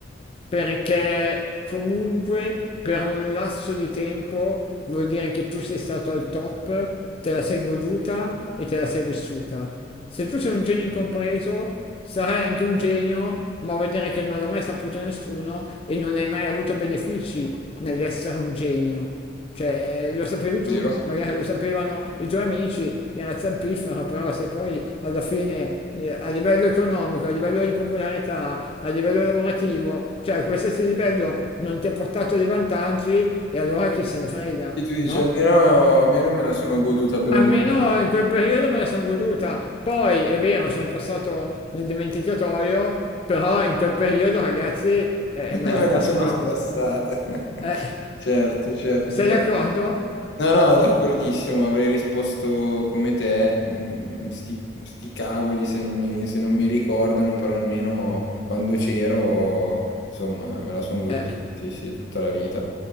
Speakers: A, on the left; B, on the left.
A: perché comunque per un lasso di tempo vuol dire che tu sei stato al top, te la sei goduta e te la sei vissuta. Se tu sei un genio incompreso, sarai anche un genio, ma vuol dire che non l'ha mai saputo nessuno e non hai mai avuto benefici nell'essere un genio. Cioè, eh, lo sapevi tu,
B: Vero?
A: magari lo sapevano i tuoi amici, era zampifero, però se poi alla fine eh, a livello economico, a livello di popolarità, a livello lavorativo, cioè a qualsiasi livello non ti ha portato dei vantaggi e allora chi se ne frega,
B: E tu dici,
A: no?
B: almeno, almeno me la sono goduta per un
A: Almeno
B: po', <laughs>
A: in quel periodo me la sono goduta, poi è vero, sono passato nel dimenticatoio, però in quel periodo ragazzi eh, me
B: me
A: la spassavo.
B: la sono spassata. <laughs>
A: Eh,
B: Certo, certo,
A: sei
B: certo.
A: d'accordo?
B: No, no, d'accordissimo, avrei risposto come te, mm, sti, sti cavoli se non mi, se non mi ricordano, però almeno quando c'ero, insomma, me la sono goduta,
A: Eh.
B: sì, sì, tutta la vita.